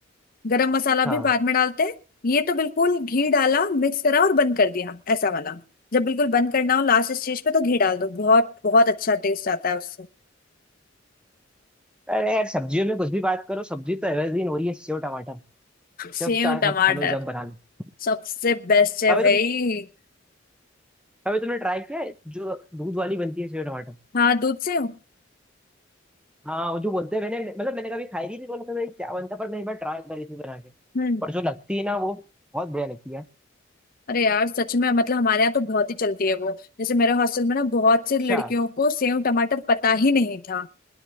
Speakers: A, on the left; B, in the centre.
A: गरम मसाला भी
B: हाँ
A: बाद में डालते हैं ये तो बिल्कुल घी डाला मिक्स करा और बंद कर दिया ऐसा वाला जब बिल्कुल बंद करना हो लास्ट स्टेज पे तो घी डाल दो बहुत बहुत अच्छा टेस्ट आता है उससे
B: अरे यार सब्जियों में कुछ भी बात करो सब्जी तो एवरग्रीन हो रही है सेव टमाटर
A: सेव
B: जब चाहे
A: टमाटर
B: जब खा लो जब बना लो
A: सबसे बेस्ट है
B: कभी
A: भाई
B: तुम कभी तुमने ट्राई किया है जो दूध वाली बनती है सेव टमाटर
A: हाँ दूध सेव
B: हाँ वो जो बोलते हैं मैंने मतलब मैंने कभी खाई नहीं थी तो लगता था ये क्या बनता है, पर मैं एक बार ट्राई करी थी बना के
A: हम्म
B: पर जो लगती है ना वो बहुत बढ़िया लगती है
A: अरे यार सच में मतलब हमारे यहाँ तो बहुत ही चलती है वो जैसे मेरे हॉस्टल में ना बहुत से
B: अच्छा
A: लड़कियों को सेव टमाटर पता ही नहीं था